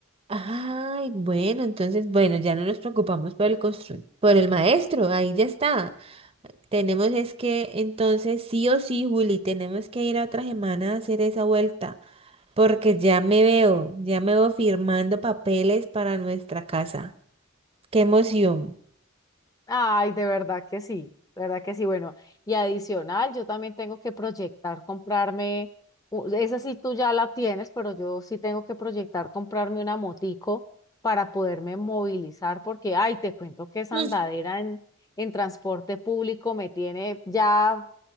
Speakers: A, on the right; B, on the left.
A: Ay, bueno, entonces, bueno, ya no nos preocupamos por el constru- por el maestro, ahí ya está. Tenemos es que, entonces, sí o sí, Juli, tenemos que ir a otra semana a hacer esa vuelta, porque ya me veo, ya me veo firmando papeles para nuestra casa. ¡Qué emoción!
B: Ay, de verdad que sí, de verdad que sí. Bueno, y adicional, yo también tengo que proyectar comprarme, u- esa sí tú ya la tienes, pero yo sí tengo que proyectar comprarme una motico para poderme movilizar, porque, ay, te cuento que esa
A: <laughs>
B: andadera en, en transporte público me tiene ya